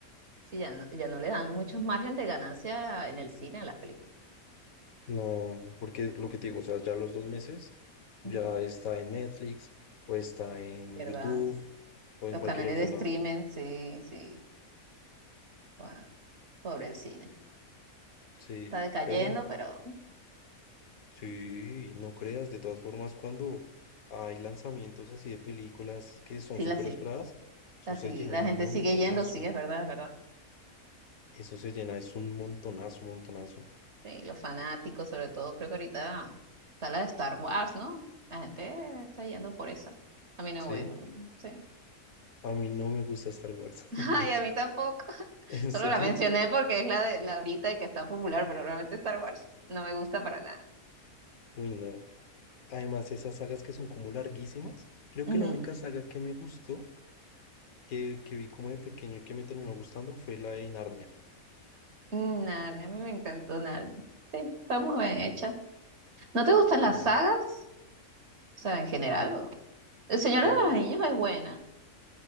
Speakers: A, on the right; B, on the left.
A: Sí, ya no, ya no le dan muchos margen de ganancia en el cine a las películas.
B: No, porque lo que te digo, o sea, ya los dos meses ya
A: Ujú.
B: está en Netflix o está en
A: ¿Verdad?
B: YouTube o en
A: Los
B: cualquier
A: canales
B: otro
A: de streaming,
B: lado.
A: sí, sí, guau, pobre el cine.
B: Sí,
A: Está decayendo,
B: pero bueno,
A: pero
B: sí, no creas, de todas formas, cuando hay lanzamientos así de películas que son
A: sí,
B: súper
A: la sí,
B: esperadas, eso
A: la
B: se
A: sí,
B: llena
A: la
B: un
A: gente
B: montonazo.
A: sigue yendo, sí, es verdad, es verdad.
B: Eso se llena, es un montonazo, montonazo.
A: Sí, los fanáticos, sobre todo, creo que ahorita está la de Star Wars, ¿no? La gente está yendo por esa. A mí no
B: Sí,
A: voy, sí.
B: a mí no me gusta Star Wars.
A: <laughs>
B: <laughs>
A: Ay, a mí tampoco. <laughs>
B: ¿En
A: Solo
B: serio?
A: la mencioné porque es la de la ahorita y que está popular, pero realmente Star Wars no me gusta para nada.
B: Uy, no. Además, esas sagas que son como larguísimas, creo
A: Ujú.
B: que la única saga que me gustó que, que vi como de pequeño y que me terminó gustando fue la de Narnia.
A: Mm, Narnia, a mí me encantó Narnia. Sí, está muy bien hecha. ¿No te gustan las
B: Eh,
A: sagas? O sea, en general. o- El Señor
B: fue,
A: de los Anillos es buena.